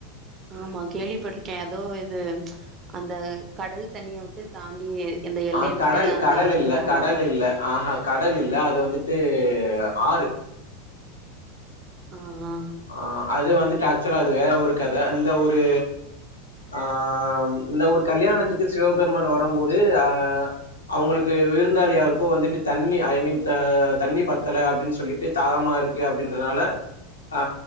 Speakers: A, on the right; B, on the left.
A: ஆமா கேள்விப்பட்ருக்கே எதோ இது அந்த கடல் தண்ணிய விட்டு தாண்டி இந்த எல்லைய
B: ஆ
A: விட்டு
B: கடல்
A: அந்த
B: கடல்
A: அழகர்
B: இல்ல
A: வரமாட்டாங்க
B: கடல் இல்ல ஆஹா கடல் இல்ல அது வந்துட்டு ஆறு
A: ஆஹா
B: ஆ அது வந்துட்டு ஆக்சுவலா அது வேற ஒரு கத இந்த ஒரு ஆ இந்த ஒரு கல்யாணத்துக்கு சிவபெருமான் வரம்போது அ அவுங்களுக்கு விருந்தாலி யாருக்கோ வந்துட்டு தண்ணி ஐ மீன் த தண்ணி பத்தல அப்டின்னு சொல்லி ட்டு தாகமா இருக்கு அப்படின்றனால ஆ